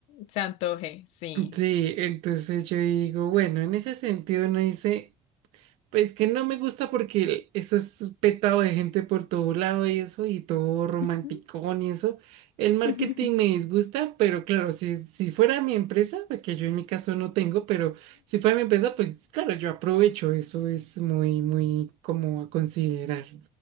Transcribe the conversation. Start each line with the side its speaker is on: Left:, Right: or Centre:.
Left: Se antoje, sí.
Right: Sí, entonces yo digo, bueno, en ese sentido uno dice... Pues que no me gusta porque eso es petado de gente por todo lado y eso, y todo romanticón
Left: Ujú,
Right: y eso. El
Left: <laughs>
Right: marketing
Left: ujú,
Right: me disgusta, pero claro, si, si fuera mi empresa, porque yo en mi caso no tengo, pero si fuera mi empresa, pues claro, yo aprovecho. Eso es muy, muy como a considerar.